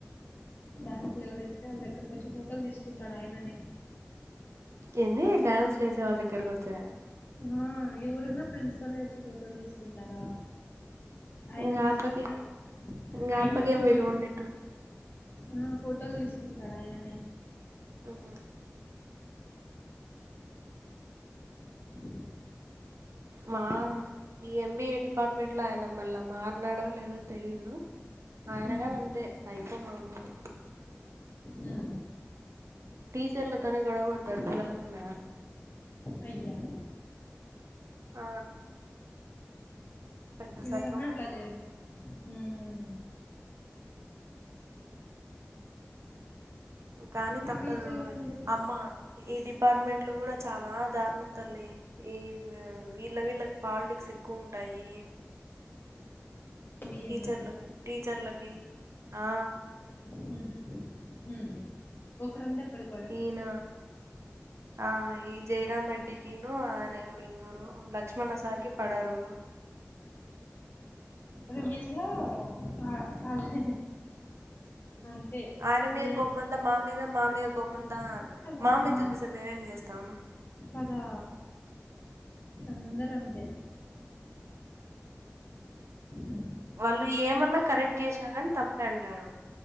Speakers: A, on the left (about 45°); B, on the right (about 70°).
A: డాన్సులు ఎవరేస్తే వాళ్ళ దగ్గరకి వచ్చి ఫోటోలు తీసుకుంటాడు ఆయననే
B: ఏంది డ్యాన్స్ లేేసే వాళ్ళ దగ్గరకి వచ్చా!
A: ఆ ఎవరన్నా ప్రిన్సిపల్ ఎ వచ్చి ఫోటోలు తీసుకుంటార? ఆయన
B: ఇంగ
A: తీసుకుంటాడు.
B: ఆపకి ఇంగ
A: ఆయనే
B: ఆపకేం
A: వచ్చి
B: విలువ
A: ఫోటోలు
B: ఉన్నట్టు
A: ఆ ఫోటోలు తీసుకుంటాడు ఆయననే
B: ఆహా
A: అలో
B: మా ఈ ఎంబిఏ డిపార్ట్మెంట్ లో ఆయన మళ్ళా మారనాడో లేదో తెలీదు. ఆయన
A: హ్మ్.
B: గాని అంతే సైకో మాములు
A: హ్మ్.
B: టీచర్లతోనే గొడవ పడతాడు పిల్లల ముందర.
A: అయ్యా
B: ఆ పెద్ద సైకో
A: ఎవరన్నా
B: మామోడు
A: అట్ల చేయ్ మ్మ్
B: కానీ
A: ఇంగ
B: తప్పదు
A: టీచర్లు ముందుకు
B: అమ్మ ఈ డిపార్ట్మెంట్ లో కూడా చాన దారుణం. తల్లి ఈ వీళ్ళ వీళ్ళకి పాలిటిక్స్ ఎక్కువ ఉంటాయి
A: బిఏనా?
B: టీచర్లకి, టీచర్లకి ఆ
A: మ్హు మ్మ్ ఒకరంటే ఒకరి
B: ఈయన ఆ ఈ జైరాంరెడ్డికిను ఆయన ఎవరు ఇంకొకరు ఉమ్ లక్ష్మణ సార్ కి పడరు
A: రివ్యూస్ లో ఆ అది అంతే
B: ఆయన మీద
A: ఏ
B: కోపం అంతా మా మీద మా మీద కోపం అంత
A: రివ్యూస్‌లో
B: మా మీద
A: ఆ!
B: చూపిస్తే మేమేం చేస్తాం
A: కదా అందరూ అంతే హ్మ్.
B: వాళ్ళు ఏమన్నా కరెక్ట్ చేసినా గానీ తప్పే అంటారు